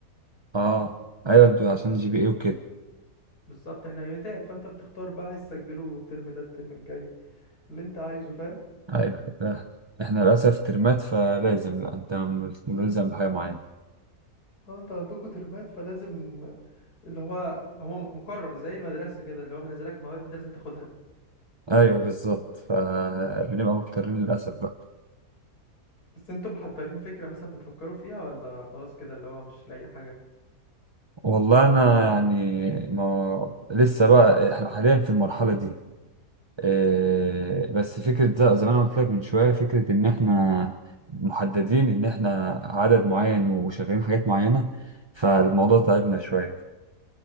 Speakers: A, on the right (about 25°); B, on the left (about 90°).
A: اه ايوه انتوا عشان جي بي ايه وكده
B: بالظبط احنا يونيتات فانت بتختار بقى عايز تسجله الترم ده الترم الجاي اللي انت عايزه فاهم
A: ايوه لا، احنا للاسف ترمات فلازم لا انت ملزم
B: انت
A: بحاجه معينه
B: اه انت عندكوا ترمات فلازم اللي هو هو م- مقرر زي المدرسة كده اللي هو منزلك مواد انت لازم تاخدها
A: ايوه بالظبط فبنبقى مضطرين للاسف بقى
B: بس انتوا محضرين فكرة مثلا بتفكروا فيها ولا خلاص كده اللي هو مش لاقي حاجة
A: والله انا يعني ما لسه بقى احنا حاليا في المرحله دي إيه، بس فكره ز- زي ما انا قلت لك من شويه فكره ان احنا محددين ان احنا عدد معين وشغالين حاجات معينه فالموضوع تعبنا شويه